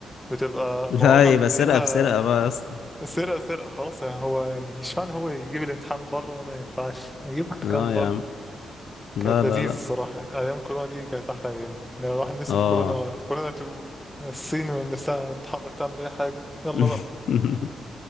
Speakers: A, in the centre; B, on the left (about 75°).
A: بتبقى
B: لا
A: مواقع بتلاقيها
B: يبقى سرقه بسرقه بقى يا اسطى
A: سرقة سرقة خلاص يعني هو يعني اشمعنى هو يجيب الامتحان بره وانا ما ينفعش يجيب واحد كان
B: اه
A: بره
B: يا عم لا
A: كانت
B: لا
A: لذيذ
B: لا
A: الصراحة يعني ايام كورونا دي كانت احلى ايام يعني الواحد نفسه
B: اه
A: في كورونا كورونا 2 الصين من نفسها تتحرك تعمل اي حاجة يلا
B: <laughs>
A: بقى